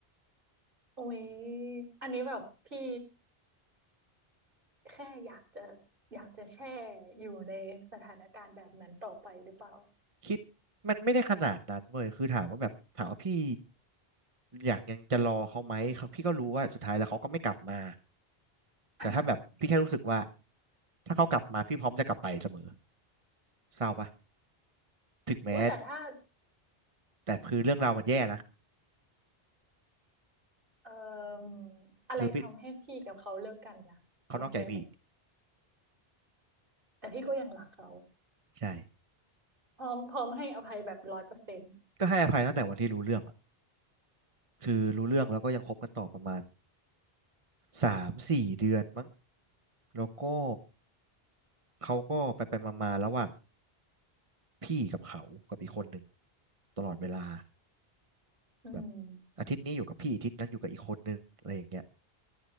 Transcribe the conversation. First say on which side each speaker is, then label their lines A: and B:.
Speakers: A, on the right; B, on the right.
A: โอ้ยอันนี้แบบพี่แค่อยากจะอยากจะแช่อยู่ในสถานการณ์แบบนั้นต่อไปหรือเปล่า
B: คิดมันไม่ได้ขนาดนั้นเว้ยคือถามว่าแบบถามว่าพี่อยากยังจะรอเขาไหมเขาพี่ก็รู้ว่าสุดท้ายแล้วเขาก็ไม่กลับมา
A: อ่า
B: แต่ถ้าแบบพี่แค่รู้สึกว่าถ้าเขากลับมาพี่พร้อมจะกลับไปเสมอเศร้าปะถึงแม้
A: อุ้ยแต่ถ้า
B: แต่คือเรื่องราวมันแย่นะ
A: เอ่ออะไรทำให้พี่กับเขาเลิกกันนะบอกได้ไหม
B: คือพี่เขานอกใจพี่
A: แต่พี่ก็ยังรักเขา
B: ใช่
A: พร้อมพร้อมให้อภัยแบบร้อยเปอร์เซ็นต์
B: ก็ให้อภัยตั้งแต่วันที่รู้เรื่องอะคือรู้เรื่องแล้วก็ยังคบกันต่อประมาณสามสี่เดือนมั้งแล้วก็เขาก็ไปไปมาๆระหว่าง พี่กับเขากับอีกคนหนึ่งตลอดเวลา
A: อืม
B: แบบอาทิตย์นี้อยู่กับพี่อาทิตย์นั้นอยู่กับอีกคนนึงอะไรอย่างเงี้ย